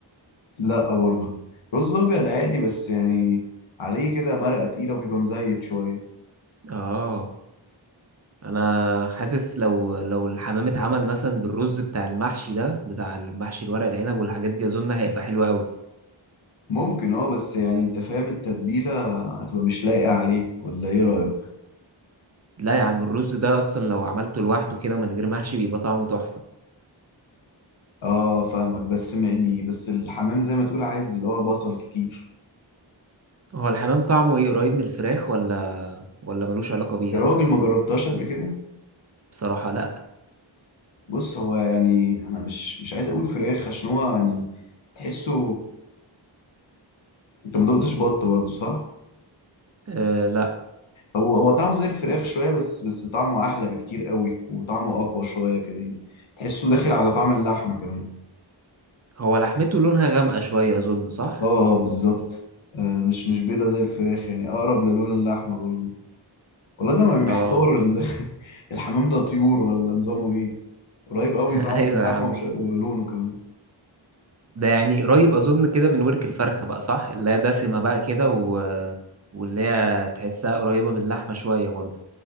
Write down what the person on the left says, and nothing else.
لأ برضه رز أبيض عادي بس يعني عليه كده مرقة تقيلة وبيبقى مزيت شوية
ممكن اه بس يعني انت فاهم التتبيلة هتبقى مش لايقة عليه ولا ايه رأيك؟
اه فاهمك بس يعني بس الحمام زي ما تقول عايز اللي هو بصل كتير
يا راجل ما جربتهاش قبل كده؟
بص هو يعني انا مش مش عايز اقول فراخ عشان هو يعني تحسه انت ما دقتش بط برضه صح
هو هو طعمه زي الفراخ شويه بس بس طعمه احلى بكتير قوي وطعمه اقوى شويه كده يعني تحسه داخل على طعم اللحمه كمان
اه اه بالظبط آه، مش مش بيضه زي الفراخ يعني اقرب للون اللحمه برضه والله انا محتار
ال- <laughs> الحمام ده طيور ولا نظامه ايه قريب
قوي
طعمه من اللحمه
وش- ولونه كمان